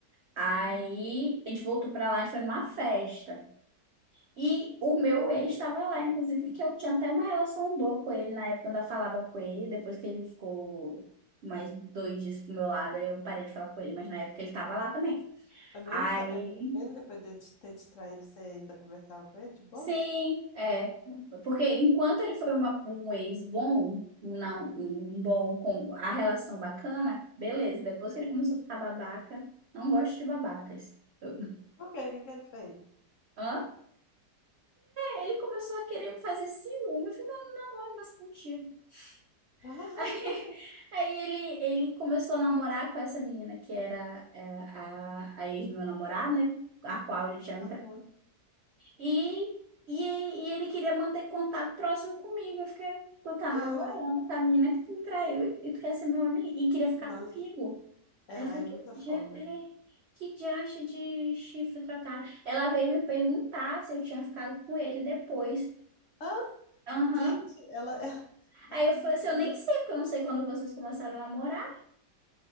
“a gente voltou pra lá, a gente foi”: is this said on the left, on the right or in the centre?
Right